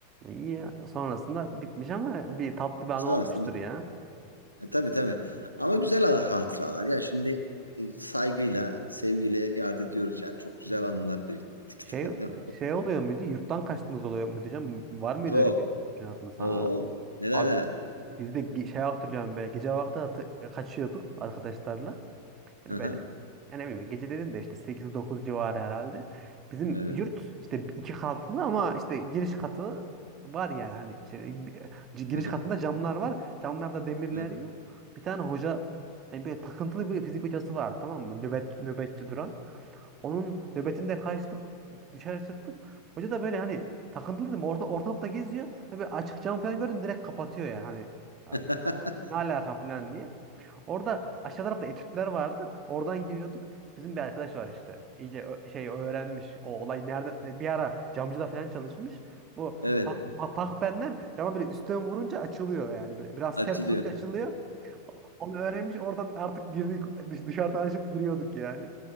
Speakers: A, on the right; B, on the right.
A: E, İyi ya. Sonrasında bitmiş ama bir tatlı bir anı
B: Sonrasında
A: olmuştur
B: bir
A: ya.
B: E, tabii tabii. Ama güzel ha- hatıralar. Ya şimdi e, saygıyla, sevgiyle yad ediyoruz yani. Çok güzel
A: Hı.
B: anılar biriktirdik.
A: Şey
B: <laughs>
A: şey oluyor muydu? Yurttan kaçtınız oluyor muydu canım? Var mıydı
B: Çok.
A: öyle bir mümkünatınız?
B: Oho.
A: Ha,
B: Neler
A: abi
B: neler.
A: biz de ge- şey hatırlıyorum böyle gece vakti hatı- kaçıyorduk arkadaşlarla. Yani
B: hı
A: böyle yani ne bileyim gece dedin de işte sekiz dokuz civarı herhalde. Bizim
B: Evet.
A: yurt işte iki katlı ama işte giriş katı var yani hani şey, c- giriş
B: Hı-hı.
A: katında camlar var. Camlarda demirler
B: Evet.
A: yok. Bir tane hoca yani böyle takıntılı bir fizik hocası vardı tamam mı? Nöbet, nöbetçi duran. Onun nöbetinde kaçtık dışarı çıktık. Hoca da böyle hani takıntılı dedim orta, ortalıkta geziyor. Hani böyle açık cam falan gördüm direkt kapatıyor yani hani "Ya
B: <laughs>
A: ne alaka falan diye. Orada aşağı tarafta etütler vardı. Oradan giriyorduk. Bizim bir arkadaş var işte. İyice ö- şey öğrenmiş. O olay nerede e, bir ara camcıda falan çalışmış. Bu
B: Evet.
A: pah, pah- pahpenler cama böyle üstten vurunca açılıyor yani. Böyle biraz
B: Açılıyor.
A: sert vurunca açılıyor. Onu öğrenmiş. Oradan artık girdik dış- dışarıdan açıp giriyorduk yani.